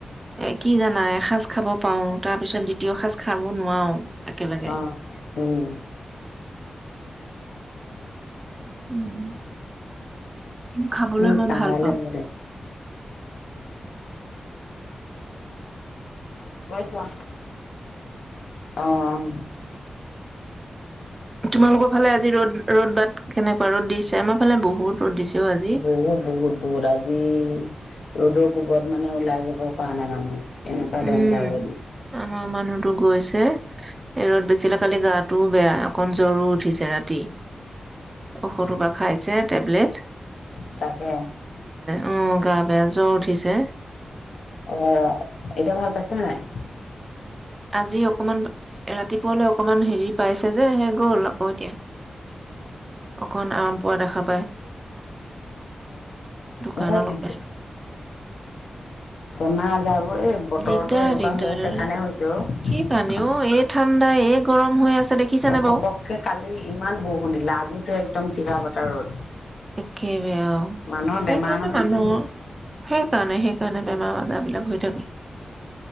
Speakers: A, on the right; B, on the left.
A: এ কি জানা এ এসাজ খাব পাৰো তাৰ পিছত দ্বিতীয় সাজ খাব নোৱাৰো একেলগে
B: অ উম
A: উম, কিন্তু খাবলৈ
B: উম <inaudible>
A: মই ভাল
B: <inaudible>
A: পাওঁ।
B: <inaudible> গৈছোঁ আহ
A: তোমালোকৰ ফালে আজি ৰ'দ, ৰ'দ বাদ কেনেকুৱা ৰ'দ দিছে? আমাৰ ফালে বহুত ৰ'দ দিছে অ আজি।
B: বহুত বহুত বহুত আজি ৰ'দৰ কোবত মানে ওলাই যাব পৰা নাই মানুহ এনেকুৱা ডেঞ্জাৰ
A: উম,
B: হৈ দিছে
A: আমাৰ মানুহটো গৈছে। ৰ'দ দিছিলে কালি গাটোও বেয়া অকণ জ্বৰো উঠিছে ৰাতি। ঔষধো বা খাইছে টেবলেট।
B: তাকে।
A: উম গা বেয়া জ্বৰ উঠিছে।
B: অহ এতিয়া ভাল পাইছে নে নাই?
A: আজি অকণমান ৰাতিপুৱালৈ অকণমান হেৰি পাইছে যে সেয়ে গ'ল আকৌ এতিয়া। অকণ আৰাম পোৱা দেখা পাই দোকানলৈকে
B: অ বৰ দিগদাৰ <unintelligible> অ এই বতৰটো
A: দিগদাৰ
B: এনেকুৱা
A: দিগদাৰ
B: হৈ আছে কাৰণে হৈছে অ।
A: সেইকাৰণে অ এই ঠাণ্ডা, এই গৰম হৈ আছে দেখিছেনে
B: অ, ঘপককে
A: বাৰু
B: কালি ইমান বৰষূণ দিলে, আজি যে একদম টিকা ফতা ৰ'দ।
A: একেবাই আউ,
B: মানুহৰ বেমাৰ
A: সেইকাৰণে
B: নহয়
A: মানুহৰ,
B: কি
A: সেইকাৰণে সেই সেইকাৰণে বেমাৰ-আজাৰবিলাক হৈ থাকে।